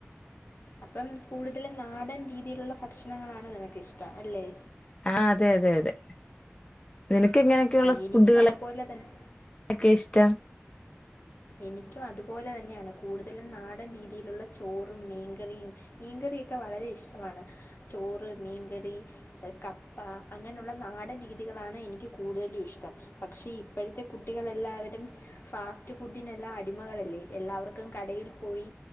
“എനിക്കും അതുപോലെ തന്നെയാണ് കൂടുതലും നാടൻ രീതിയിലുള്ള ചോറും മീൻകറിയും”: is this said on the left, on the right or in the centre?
Left